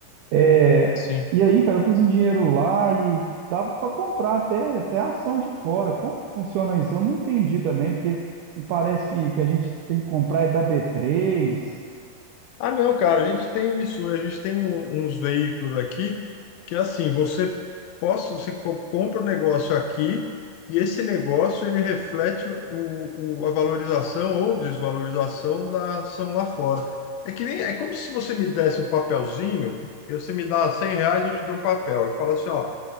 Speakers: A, on the right; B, on the left.
A: é,
B: sim.
A: e aí, cara, eu pus um dinheiro lá e dava para comprar até, até ação de fora. Como que funciona isso? Eu não entendi também, porque me parece que, que a gente tem que comprar é da B3.
B: Ah, não, cara, a gente tem isso, a gente tem um- uns veículos aqui que assim, você possa, você co- compra um negócio aqui e esse negócio ele reflete o, o- a valorização ou desvalorização da ação lá fora. É que nem, é como se você me desse um papelzinho, e você me dá 100 reais, eu te dou um papel e fala assim, ó,